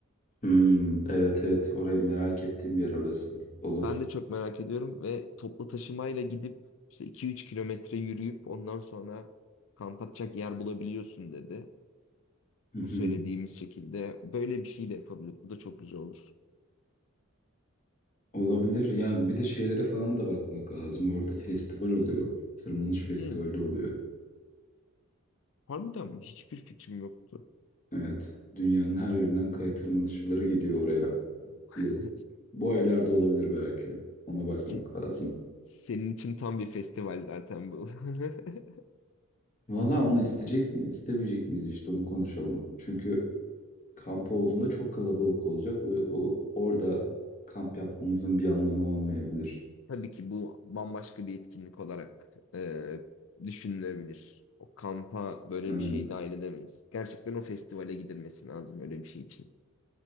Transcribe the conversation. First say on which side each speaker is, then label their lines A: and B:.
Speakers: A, on the left; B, on the left.
A: Hmm, evet evet orayı merak ettiğim bir yer orası. Olur.
B: Ben de çok merak ediyorum ve toplu taşımayla gidip işte 2-3 kilometre yürüyüp ondan sonra kamp atacak yer bulabiliyorsun dedi.
A: Hı hı.
B: Bu söylediğimiz şekilde böyle bir şey de yapabilir. Bu da çok güzel olur.
A: Olabilir. Ya bir de şeylere falan da bakmak lazım. Orada festival oluyor. Tırmanış festivali
B: Hmm,
A: oluyor.
B: harbiden mi? Hiçbir fikrim yoktu.
A: Evet. Dünyanın her yerinden kaya tırmanışçıları geliyor oraya.
B: <laughs>
A: Ya- Bu aylarda olabilir belki. Ona bakmak
B: Se-
A: lazım.
B: Senin için tam bir festival zaten bu. <laughs>
A: Valla onu isteyecek miyiz, istemeyecek miyiz işte onu konuşalım. Çünkü kamp olduğunda çok kalabalık olacak. O, o- orada kamp yapmamızın bir anlamı olmayabilir.
B: Tabii ki bu bambaşka bir etkinlik olarak e, düşünülebilir. O kampa böyle
A: Aynen.
B: bir şey dahil edemeyiz. Gerçekten o festivale gidilmesi lazım öyle bir şey için.